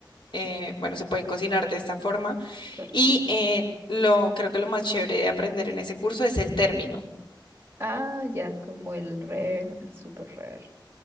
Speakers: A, on the left; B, on the right.
A: eh, bueno, se pueden cocinar de esta forma.
B: Claro.
A: Y eh, lo, creo que lo más chévere de aprender en ese curso es el término.
B: Ah, ya, como el rare, el super rare,